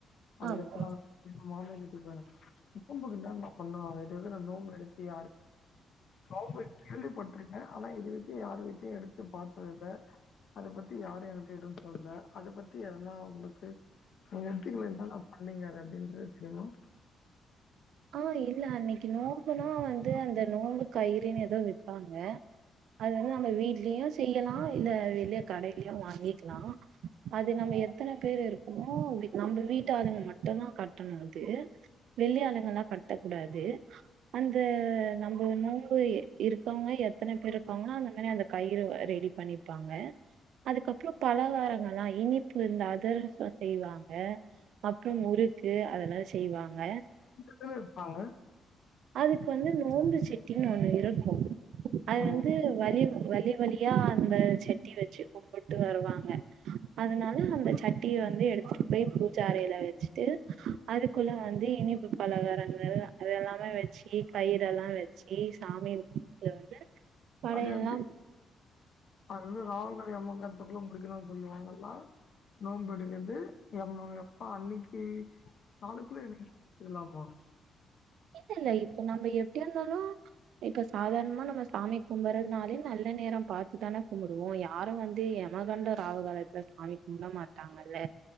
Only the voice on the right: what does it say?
ஆமா
அ இல்ல அன்னக்கி நோம்புனா வந்து அந்த நோம்பு கயிறுனு எதோ விப்பாங்க அது வந்து நம்ம வீட்லயு செய்யலா இல்ல வெளிய கடையிலயு வாங்கிக்லா அது நம்ப எத்தனை பேரு இருக்ககோமோ நம்ம வீட்டாலுங்க மட்டு தா கட்ணோ அது வெளி ஆளுங்கலா கட்ட கூடாது அந்த நம்ப நோக்கோ இருக்கவங்க எத்தனை பேர் இருப்பாங்கனா அந்த மாரி அந்த கயிறு ரெடி பண்ணிப்பாங்க அதுக்கப்றோ பலகாரங்கலா இனிப்பு இருந்து அதரசம் செய்வாங்க அப்புறோ முறுக்கு அதெல்லா செய்வாங்க
அதுக்கு வந்து நோம்பு செட்டின்னு ஒண்ணு இருக்ககோ அது
வந்து வலி வளி வளியா அந்த செட்டி வச்சு கும்பிட்டு வருவாங்க அதனால அந்த சட்டிய வந்து எடுத்ட்டு போய் பூஜ அறையில வச்சட்டு அதுகுள்ள வந்து இனிப்பு பலகாரங்கள் அதெல்லாம் வச்சி கயிற எல்லாம் வச்சி சாமி முன்னாடி வந்து படையெல்லா
இல்ல இல்ல இப்ப நம்ப எப்படி இருந்தாலோ இப்ப சாதாரணமா நம்ம சாமி கும்புறதுனாலே நல்ல நேரம் பாத்து தானே கும்புடுவோ யாரு வந்து மாகண்ட ராவு காலத்துல சாமி கும்ட மாட்டாங்கல்ல